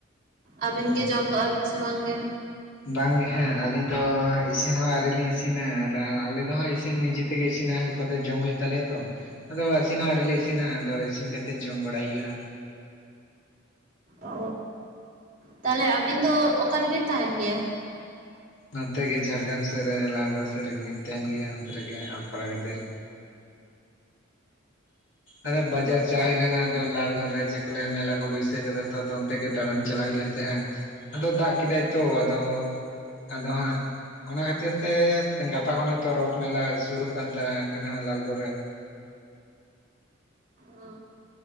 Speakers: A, on the right; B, on the left.
A: ᱟᱵᱮᱱ
B: ᱚ
A: ᱜᱮ ᱡᱚᱢ ᱠᱟᱜᱼᱟ ᱵᱮᱱ ᱥᱮ ᱵᱟᱝᱜᱮ
B: ᱵᱟᱝᱜᱮ ᱦᱟᱸᱜ ᱟᱹᱞᱤᱧ ᱫᱚ ᱤᱥᱤᱱ ᱦᱚᱸ ᱟᱹᱣᱨᱤᱞᱤᱧ ᱤᱥᱤᱱᱟ ᱟᱫᱚ ᱟᱞᱮ ᱫᱚ ᱦᱟᱸᱜ ᱤᱥᱤᱱ ᱱᱤᱡᱮ ᱛᱮᱜᱮ ᱤᱥᱤᱱᱟ <unintelligible> ᱠᱟᱛᱮ ᱡᱚᱢ ᱦᱩᱭᱩᱜ ᱛᱟᱞᱮᱭᱟ ᱛᱚ ᱟᱫᱚ ᱤᱥᱤᱱ ᱦᱚᱸ ᱟᱣᱨᱤ ᱞᱮ ᱤᱥᱤᱱᱟ ᱟᱫᱚ ᱤᱥᱤᱱ ᱠᱟᱛᱮᱜ ᱡᱚᱢ ᱵᱟᱲᱟᱭ ᱦᱩᱭᱩᱜᱼᱟ
A: ᱚ ᱛᱟᱦᱚᱞᱮ ᱟᱵᱮᱱ ᱫᱚ ᱚᱠᱟ ᱨᱮᱵᱮᱱ ᱛᱟᱦᱮᱱ ᱜᱮᱭᱟ ᱾
B: ᱱᱚᱛᱮ ᱜᱮ ᱡᱷᱟᱲᱜᱨᱟᱢ ᱥᱮᱫ ᱨᱮ ᱞᱟᱞᱜᱚᱲᱟ ᱥᱮᱫ ᱨᱮᱜᱮᱞᱤᱧ ᱛᱟᱦᱮᱱ ᱜᱮᱭᱟ ᱚᱱᱛᱮ ᱨᱮᱜᱮ ᱚᱞ ᱯᱟᱲᱦᱟᱣ ᱠᱷᱟᱹᱛᱤᱨ ᱟᱫᱚ ᱵᱡᱟᱨ ᱪᱟᱞᱟᱣ ᱦᱳᱭ ᱞᱮᱱᱟ ᱟᱫᱚ ᱞᱟᱞ ᱜᱚᱲ ᱨᱮ ᱪᱮᱫ ᱢᱮᱞᱟ ᱠᱚ ᱵᱟᱹᱭᱥᱟᱹᱣ ᱠᱟᱫᱟ ᱛᱚ ᱚᱱᱛᱮ ᱜᱮ ᱫᱟᱬᱟᱱ ᱪᱟᱞᱟ ᱦᱩᱭ ᱞᱮᱱ ᱛᱟᱦᱮᱸ-ᱟ ᱟᱫᱚ ᱫᱟᱜ ᱠᱮᱫᱟᱭ ᱛᱚ ᱟᱫᱚ ᱟᱫᱚ ᱦᱟᱸᱜ ᱾ ᱚᱱᱟ ᱠᱷᱟᱹᱛᱤᱨ ᱛᱮ ᱜᱟᱯᱟ ᱠᱷᱚᱱᱟᱜ ᱛᱚ ᱨᱚᱛᱷ ᱢᱮᱞᱟ ᱥᱩᱨᱩᱜ ᱠᱟᱱ ᱛᱟᱦᱮᱸ ᱠᱟᱱᱟ ᱞᱟᱞᱜᱳᱲ ᱨᱮ
A: ᱚ